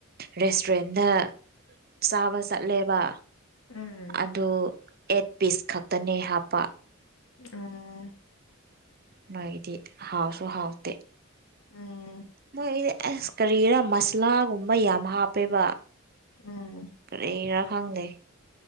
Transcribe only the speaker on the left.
ꯎꯝ
ꯎꯝ
ꯎꯝ
ꯎꯝ